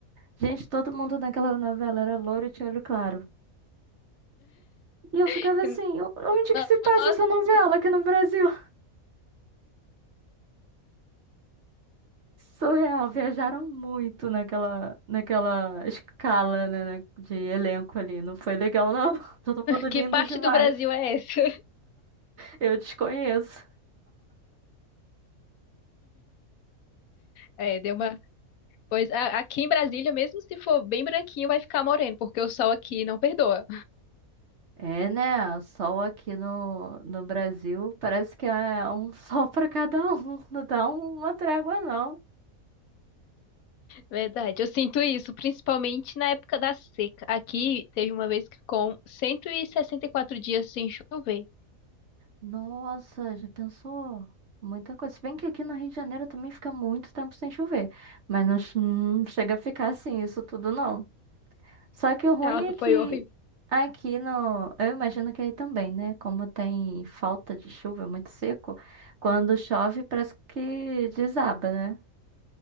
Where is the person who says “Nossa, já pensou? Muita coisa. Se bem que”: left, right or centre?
Right